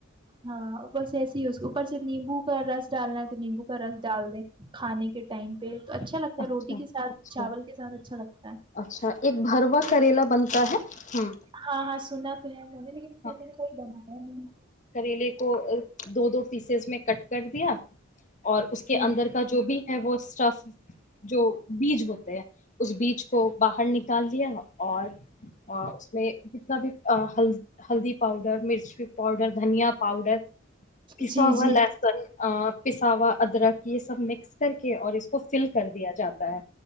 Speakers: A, on the right; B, on the left.
A: ہاں بس ایسے ہی اس اوپر سے نیمبو کا رس ڈالنا تھ نیبو گھر سے ڈال دیں ہیں کھانے کے ٹائم پہ تو اچھا لگتا ہے
B: اچھا
A: روٹی کے ساتھ
B: اچھا
A: چاول کے ساتھ اچھا لگتا ہے
B: اچھا ایک بروا کرےلا بنتا ہے ہاں
A: ہاں ہاں سنا تو ہے میں نے لیکن خ
B: ہاں
A: میں نے کہئی بنایا نہیں
B: کریلے کو دو دو پیسز میں کٹ کر دیا اور اس کے
A: جی
B: اندر کا جو بھی ہے وہ سٹف جو بیج ہوتے ہے اس بیج کو باہر نکل نکال دیا اور اس میں ل ہلدی پاؤڈر مرچی پاؤڈر دھنیا پاؤڈر پساوا
A: جی جی
B: لہسن پساوا ادرک یہ سب مکس کر کے اور اس کو فل کر دیا جاتا <inaudible>